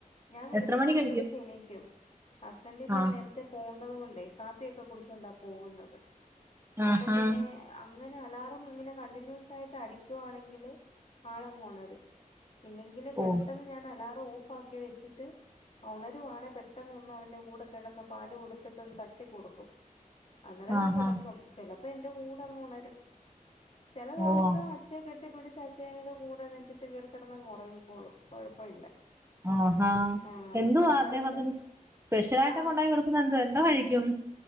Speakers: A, on the left; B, on the right.
A: ഞാൻ വെളുപ്പിന്
B: എത്ര മണിക്ക്
A: അഞ്ചരക്ക് എണീക്കും ഹസ്ബൻ്റിന്
B: ആഹ്
A: നേരത്തെ പോൺ ഉള്ളത് കൊണ്ടെ കാപ്പിയൊക്കെ കുടിച്ചോണ്ടാ പോകുന്നത് അപ്പൊ
B: ആഹാ
A: പിന്നെ അങ്ങനെ ആർ റം ഇങ്ങനെ കണ്ടിന്യൂസ് ആയിട്ട് അടിക്കുവാണെങ്കില് ആള് അങ്ങ് ഒണരും ഇല്ലെങ്കില് പെട്ടൊന്ന്
B: ഓ
A: ഞാന് അലാറം ഓഫ് ഫാക്കി വെച്ചിട്ട് ഉണരുവാണെ പെട്ടെന്നൊന്ന് അവൻ്റെ കൂടെ കിടന്ന് പാല് കൊടുത്തിട്ടൊന്ന് തട്ടിക്കൊടുക്കും അന്നേരം
B: ആഹാ
A: ഓൻ കെടക്കും ചെലപ് പ്പെ എന്റെ കൂടെ അങ്ങ് ഒണരും ചെല ദിവസം
B: ഓ
A: അച്ഛെ കെട്ടി പിടിച് അചേടെ കൂടെ നെഞ്ചത്ത് കേറി കെട്ന്നങ് ഒറങ്ങിക്കോളും കൊഴപ്പ ഇല്ല
B: ആഹാ
A: ആഹ്
B: എന്തുവാ
A: ചെല
B: അദ്ദേഹത്തിന്
A: ദിവസം
B: സ്പെഷ്യലായിട്ടൊകെ
A: ആഹ്
B: ഒണ്ടാക്കി കൊടുക്കുന്നെ എന്തുവാ എന്തോ കഴിക്യും